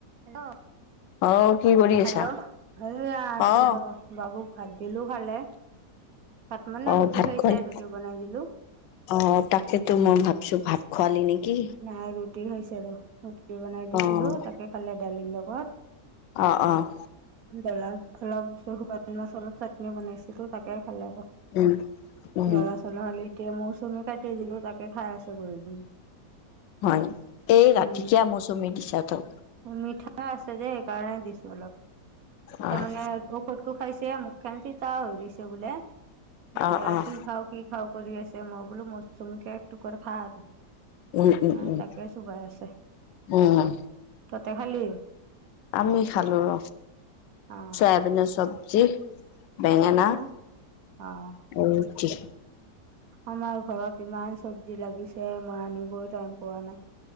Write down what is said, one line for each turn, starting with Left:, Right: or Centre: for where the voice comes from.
Right: Hello,
Left: অ কি কৰি
Right: হেল্ল'
Left: আছা?
Right: এয়া আছো
Left: অ'।
Right: বাবুক ভাত দিলো খালে। ভাত মানে
Left: অ',
Right: ৰুটি
Left: ভাত
Right: খাইছে
Left: খোৱালি?
Right: ৰুটি বনাই দিলো।
Left: অ তাকেতো মই ভাবছো ভাত খোৱালি নেকি?
Right: নাই ৰুটি খাইছে ৰ ৰুটি বনাই দিছিলো
Left: অ',
Right: তাকে খালে দালিৰ লগত
Left: অ',
Right: হেল্লো
Left: অ',
Right: দালাল অলপ শুকান মাছ ছাট <unintelligible> বনাইছিলো তাকে খালে আক
Left: উম, উম,
Right: জলা ফলা হলি এতিয়া মৌচুমী কাটি দিলো তাকে খাই আছে বহি বহি
Left: হয় এই ৰাতিকিয়া
Right: উম
Left: মৌচুমী দিছা ত
Right: মিঠা আছে যে সেইকাৰণে দিছো অলপ
Left: অ',
Right: তাৰমানে ঔষধ টো খাইছে মুখখেন চিতা হৈ গৈছে বোলে এতিয়া
Left: অ', অ',
Right: কি খাও কি খাও কৰি আছে মই বোলো মৌচুমী কে এক টুকুৰ খা আৰু
Left: উম, উম,
Right: অ
Left: উম,
Right: তাকে চোবাই আছে
Left: উম।
Right: ততে খালি
Left: আমি খালো ৰ
Right: অ',
Left: চয়াবিনৰ চব্জি বেঙেনা
Right: আৰু অ',
Left: ৰুটি
Right: আমাৰ ঘৰত ইমান চবজি লাগিছে মই আনিবয় টাইম পোৱা নাই।